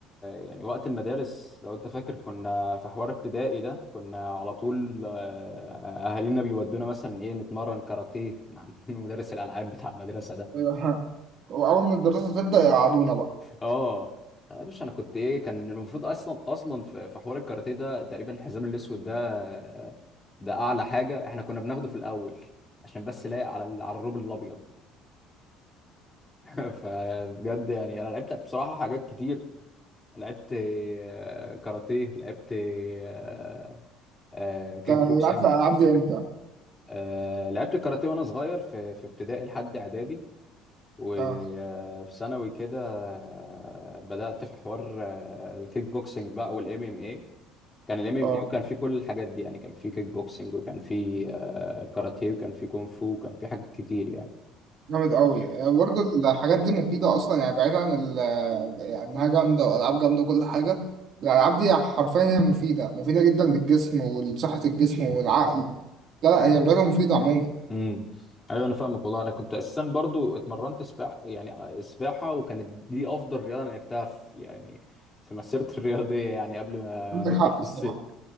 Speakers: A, on the left; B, on the right.
A: يعني وقت المدارس لو انت فاكر كنا في حوار ابتدائي ده كنا على طول آه، اهالينا بيودونا مثلا ايه نتمرن كاراتيه مع <laughs> مدرس الالعاب بتاع المدرسه ده
B: أيوة. واول ما الدراسة تبدأ يقعدونا بقى
A: اه مش انا كنت ايه كان المفروض اصلا اصلا في في حوار الكاراتيه ده تقريبا الحزام الاسود ده آه، ده اعلى حاجه احنا كنا بناخده في الاول عشان بس لايق على ال- على الروب الابيض <laughs> فبجد يعني انا لعبت بصراحه حاجات كتير لعبت آه، كاراتيه لعبت آه، آه، كيك
B: انت
A: بوكسنج
B: لعبت الالعاب دي امتى؟
A: آه، لعبت الكاراتيه وانا صغير في في ابتدائي لحد اعدادي وفي
B: اه
A: ثانوي كده آه، بدأت في حوار آه، الكيك بوكسنج بقى والام ام اي كان الام ام
B: اه
A: اي وكان في كل الحاجات دي يعني كان في كيك بوكسنج وكان في آه، كاراتيه وكان في كونغ فو وكان في حاجات كتير يعني
B: جامد قوي برضه الحاجات دي مفيدة أصلا يعني بعيد عن ال يعني إنها جامدة وألعاب جامدة وكل حاجة الألعاب دي حرفيا هي مفيدة مفيدة جدا للجسم ولصحة الجسم والعقل لا لا هي رياضة مفيدة عموما
A: امم ايوه انا فاهمك والله انا كنت اساسا برضو اتمرنت سباحه يعني آه، سباحه وكانت دي افضل رياضه انا لعبتها في يعني في مسيرتي <laughs> الرياضيه يعني قبل ما
B: عندك
A: نكبر
B: حق
A: في
B: الصراحة
A: السن